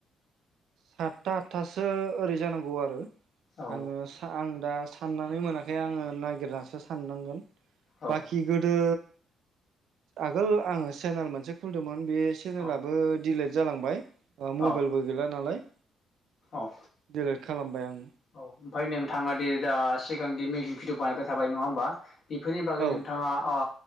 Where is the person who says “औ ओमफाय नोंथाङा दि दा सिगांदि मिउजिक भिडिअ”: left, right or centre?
Left